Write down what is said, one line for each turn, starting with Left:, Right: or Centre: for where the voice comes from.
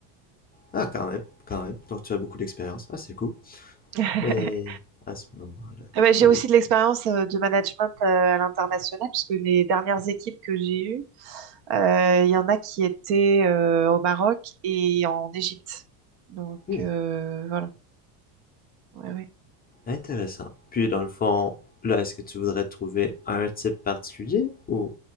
Left: Ah, quand même, quand même. Donc, tu as beaucoup d'expérience. Ah, c'est cool.
Right: <laughs>
Left: Mais à ce moment-là.
Right: Eh ben, j'ai
Left: Ah
Right: aussi
Left: oui.
Right: de l'expérience euh, de management euh, à l'international, puisque les dernières équipes que j'ai eues, euh, il y en a qui étaient euh, au Maroc et en Égypte. Donc
Left: Hmm.
Right: euh, voilà. Ouais, ouais.
Left: Intéressant. Puis, dans le fond, là, est-ce que tu voudrais trouver un type particulier ou,